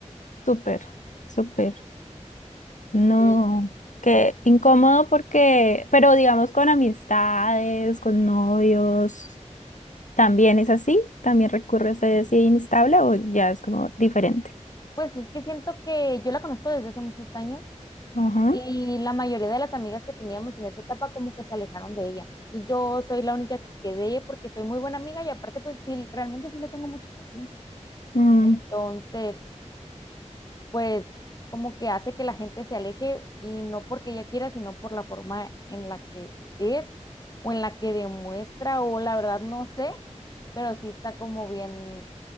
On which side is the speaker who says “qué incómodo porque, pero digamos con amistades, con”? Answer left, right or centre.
Left